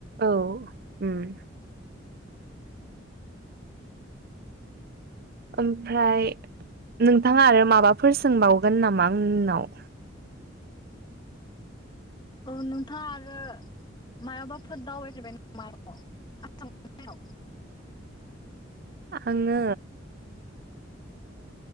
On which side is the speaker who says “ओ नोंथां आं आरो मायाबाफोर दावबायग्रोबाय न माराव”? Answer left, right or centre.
Left